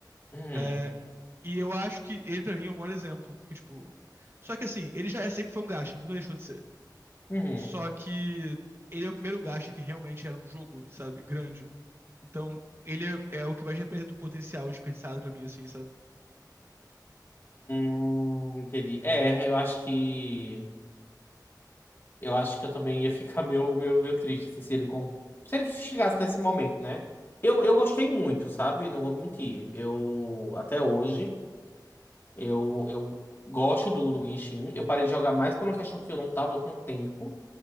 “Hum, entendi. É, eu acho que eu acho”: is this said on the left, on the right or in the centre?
Left